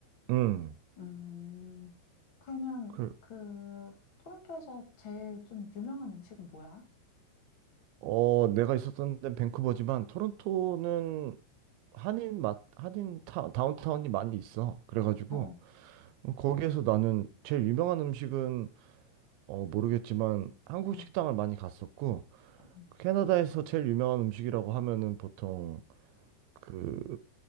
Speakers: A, on the right (about 80°); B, on the left (about 40°).
A: 음,
B: 음, 그러면
A: 그,
B: 그 토론토에서 제일 좀 유명한 음식은 뭐야?
A: 어, 내가 있었던 데는 밴쿠버지만 토론토는 한인 맛, 한인 타, 다운타운이 많이 있어. 그래가지고,
B: 어, 어,
A: 어, 거기에서 나는 제일 유명한 음식은, 어, 모르겠지만 한국
B: 어.
A: 식당을 많이 갔었고,
B: 어.
A: 캐나다에서 제일 유명한 음식이라고 하면은 보통 그